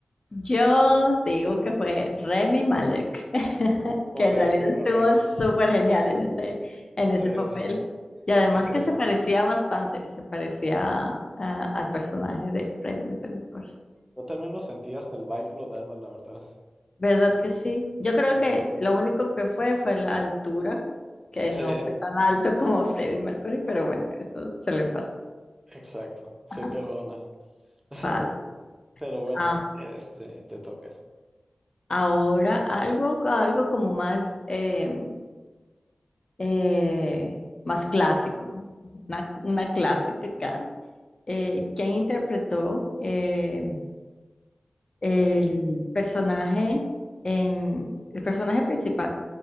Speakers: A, on the left; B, on the right.
A: yo digo que fue Remy Malek, <laughs>
B: Correcto,
A: que en realidad estuvo
B: correcto.
A: súper genial en ese, en ese
B: Sí,
A: papel.
B: sí, sí.
A: Y además
B: Increíble.
A: que se parecía bastante, se parecía a- al personaje de Freddie Mercury, of course.
B: Yo también lo sentí, hasta el vibe lo daba, la verdad.
A: ¿Verdad que sí? Yo creo
B: Ujú.
A: que
B: <laughs>
A: lo único que fue fue la altura, que
B: Sí,
A: no fue tan alto como Freddie Mercury, pero bueno, eso se le pasa.
B: exacto, se
A: Ajá.
B: perdona. <laughs>
A: Vale.
B: Pero bueno,
A: Ah,
B: este, te toca.
A: ahora algo, algo como más, eh, eh, más clásico, una, una clásica acá. Eh, ¿quién interpretó eh, el
B: A ver.
A: personaje en el personaje principal